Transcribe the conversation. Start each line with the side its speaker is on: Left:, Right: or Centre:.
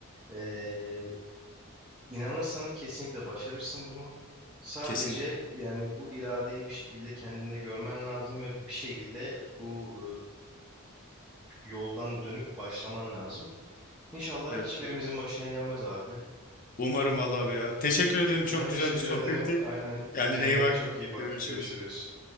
Centre: Ee, inanırsan kesinlikle başarırsın bunu. Sadece
Left: Kesinlikle.
Centre: yani bu iradeyi bir şekilde kendinde görmen lazım ve bir şekilde bu yoldan dönüp başlaman lazım. İnşallah
Left: Evet
Centre: hiçbirimizin
Left: abi.
Centre: başına gelmez abi.
Left: Umarım vallahi be ya. Teşekkür ederim. Çok
Centre: Ben teşekkür
Left: güzel bir sohbetti.
Centre: ederim. Aynen.
Left: Kendine
Centre: Kendine
Left: iyi bak.
Centre: çok iyi bak.
Left: Görüşürüz.
Centre: Görüşürüz.